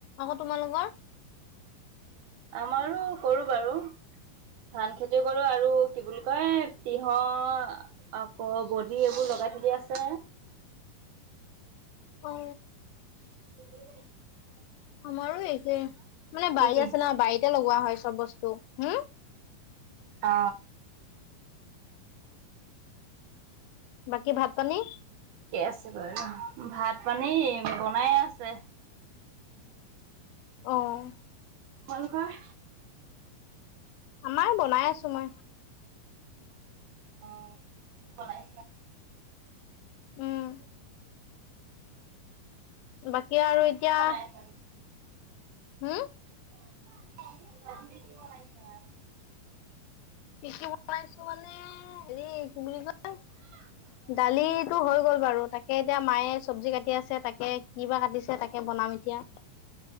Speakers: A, on the left; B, on the right.
A: আকৌ তোমালোকৰ-
B: আমাৰো কৰো বাৰু। ধান খেতি কৰো আৰু কি বুলি কয় তিহ আকৌ বডি এইবোৰ লগাই থ দি আছে।
A: অ
B: হ <unintelligible>
A: আমাৰো একেই, মানে
B: কি
A: বাৰীত
B: কি?
A: আছে ন বাৰীতে লগোৱা হয় চব বস্তু, হম।
B: অ
A: বাকী ভাত পানী?
B: থিকে আছে বাৰু ভাত পানী বনাইে আছে।
A: অহ'।
B: তোমালোকৰ?
A: আমাৰ বনাই আছো মই।
B: অ' কি বনাই
A: উম। বাকী আৰু এতিয়া-
B: কি বনাই আছা?
A: হম।
B: <unintelligible>
A: কি কি বনাইছো মানে হেৰি কি বুলি কয়-
B: <unintelligible>
A: দালিটো হৈ গ'ল বাৰু তাকে এতিয়া মায়ে চব্জি কাটি আছে তাকে কি বা কাটিছে তাকে বনাম এতিয়া।